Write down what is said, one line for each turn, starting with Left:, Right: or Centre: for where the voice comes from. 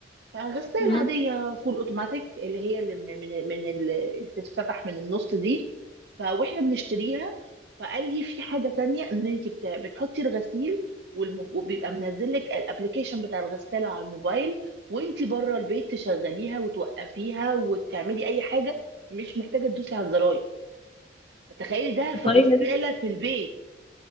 Right: غسالة
Left: مم.
Right: عادية فول اوتوماتيك اللي هي اللي من من من اللي بتتفتح من النص دي فواحنا بنشتريها فقال لي في حاجة تانية ان انت بت- بتحطي الغسيل والم- وبيبقى منزل لك الابلكيشن بتاع الغسالة على الموبايل وانت بره البيت تشغليها وتوقفيها وتعملي اي حاجة مش محتاجة تدوسي على الزراير فتخيلي ده
Left: الطريقة
Right: في غسالة
Left: دي
Right: في البيت